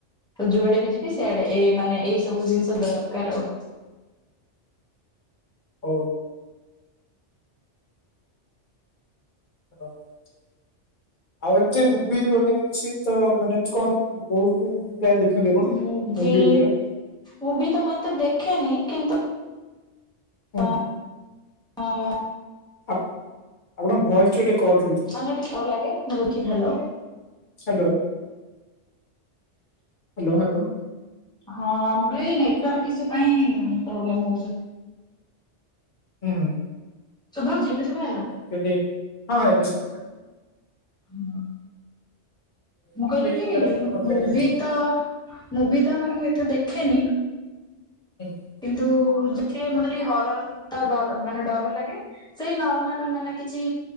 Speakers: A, in the centre; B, on the left.
A: ତ ଯୁଆଡେ ବି ଯିବି ସେଆଡେ ଏ ମାନେ ଏଇ ସବୁ ଜିନିଷ
B: ଆଚ୍ଛା
A: ଦରକାର
B: ଆଚ୍ଛା
A: ଆଉ।
B: ଓ। ହଁ ଠିକ୍। ଆଉ ଏମତି ମୁଭି ବଗେରା କିଛି ତ ମାନେ ଏମତି କଣ କୋଉ କୋଉ ମୁଭି ଯାଅ। ଦେଖନ୍ତି ଆପଣ
A: ମୁଭି
B: ମୁଭିି ବଗେରା।
A: ମୁଭି ତ ମୁଁ ଏତେ ଦେଖେନି କିନ୍ତୁ। <unintelligible>
B: ହୁଁ ହୁଁ ଆପ ଆପଣଙ୍କ ଭଏସ ଟି ଟିକେ କଟ
A: ମାନେ ଟିକେ ଭଲ ଲାଗେ ମୁଁ ଦେଖିଲେ ହାଲୋ।
B: Hello hello hello.
A: ହଁ ମୁଁ କହିଲି ଏଇ ନେଟୱାର୍କ ଈସୁ ପାଇଁ ପ୍ରୋବ୍ଲେମ ହଉଛି।
B: ହୁଁ ହୁଁ।
A: ଶୁଭା ଯାଉଛି ଏବେ ଶୁଭା ଗଲା।
B: ହଁ ମୁଁ କେବେ ହଁ ଏବେ ସୁବିଲା।
A: ହୁଁ ମୁଁ
B: ମୁଭି
A: କହିଲି କି
B: ବଗେରା କଣ ଭଲ ଲାଗେ
A: ମୁଭି।
B: ଏମିତି
A: ତ ମୁଭି ତ ମାନେ ମୁଁ ଏତେ ଦେଖେନି।
B: <unintelligible>
A: କିନ୍ତୁ ଦେଖେ ମତେ ଟିକେ ହରର ଟା ଡର ମାନେ ଡର ଲାଗେ। ସେଇ ନର୍ମାଲ ମାନେ କିଛି